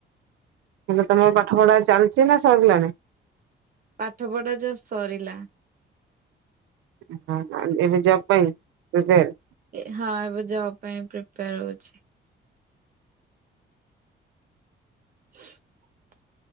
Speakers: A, on the right; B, on the right.
A: ଏଇନା ତମର ପାଠ ପଢା ଚାଲିଚି ନା ସରିଲାଣି।
B: ପାଠ ପଢା ଜସ୍ ସରିଲା।
A: <unintelligible> ଏବେ ଜବ ପାଇଁ ପ୍ରିପେୟାର।
B: ଏ ହଁ ଏବେ ଜବ ପାଇଁ ପ୍ରିପେୟାର ହୋଉଛି। <inaudible>